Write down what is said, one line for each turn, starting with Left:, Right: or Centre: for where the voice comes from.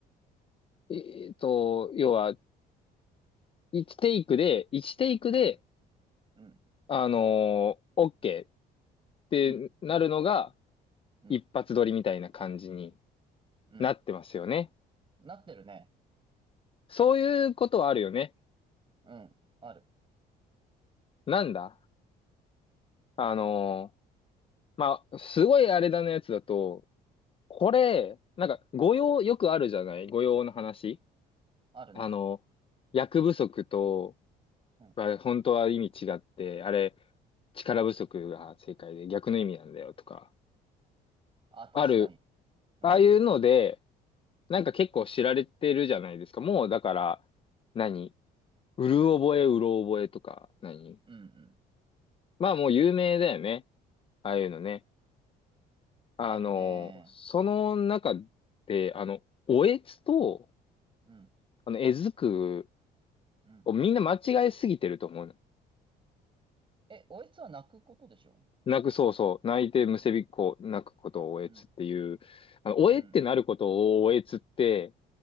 Left: えっと、要は、1テイクで、1テイクで、
Right: う。うん、うん、
Left: あのー、OK ってなるのが
Right: うん、うん、
Left: 一発撮りみたいな感じに
Right: うん。
Left: なってますよね。
Right: なってるね。
Left: そういうことはあるよね。
Right: うん。ある。
Left: なんだあのー、まあ、すごいあれだなやつだと、これ、なんか、誤用、よくあるじゃない誤用の話。
Right: あるね。
Left: あの、役不足と、
Right: うん。
Left: は本当は意味違って、あれ、力不足が正解で逆の意味なんだよとか、
Right: あ、確かに。
Left: ある、
Right: うん。
Left: ああいうので、なんか結構知られてるじゃないですか。もうだから、何うる覚え、うろ覚えとか、何
Right: うん、うん。
Left: まあもう有名だよね。ああいうのね。あの、
Right: あるね。
Left: その中で、あの、おえつと、
Right: うん。
Left: あの、えずく
Right: うん。
Left: をみんな間違えすぎてると思う
Right: え、おえつは泣くことでしょ
Left: 泣く、そうそう。泣いてむせびっこ、
Right: うん。
Left: 泣くことをおえつっていう、
Right: うん。
Left: あの、おえってなることをおえつって
Right: うん。うん。